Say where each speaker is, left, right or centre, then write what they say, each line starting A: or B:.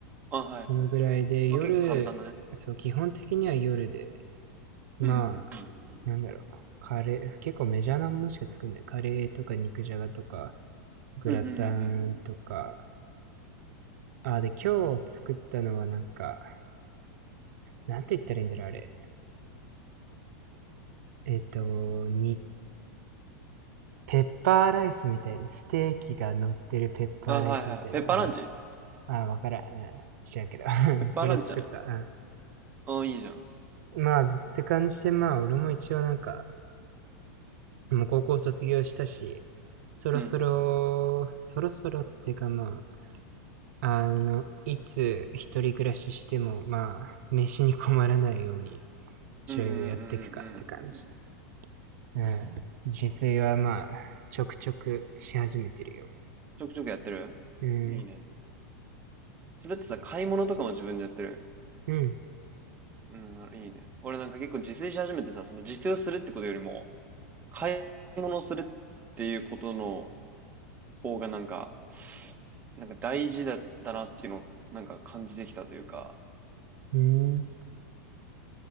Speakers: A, on the right (about 20°); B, on the right (about 70°).
A: あ、はいはい。
B: そのぐらいで、
A: まあ結構簡単だね。
B: 夜、そう、基本的には夜で、まあ、
A: うんうん
B: なんだろう、カレー、結構メジャーなものしか作んない。カレーとか肉じゃがとか、グラタンとか、
A: うんうん。うんうんうんうん。
B: あ、で、今日作ったのはなんか、なんて言ったらいいんだろう、あれ。えっ、と、に、ペッパーライスみたいな、ステーキが乗ってるペッパーライスみたいな。
A: あ、はいはい。ペッパーランチ
B: うん、あ、わからん。うん、知らんけど。<laughs>
A: ペッパーランチじゃない
B: それ作った。
A: あ、いいじゃん。
B: うん。まあ、って感じで、まあ、俺も一応なんか、もう高校卒業したし、そろそろ、
A: うん。
B: そろそろっていうかまあ、あの、いつ一人暮らししても、まあ、飯に困らないように、ちょいやっていくかって感じで。
A: うんうんうんうんうん。
B: うん。自炊はまあ、ちょくちょくし始めてるよ。
A: ちょくちょくやってるいいね。
B: うん。
A: それってさ、
B: そう。
A: 買い物とかも自分でやってる
B: うん。
A: うん、あいいね。俺なんか結構自炊し始めてさ、その自炊をするってことよりも、買い物するっていうことの方がなんか、なんか大事だ、だなっていうのをなんか感じてきたというか、
B: うん。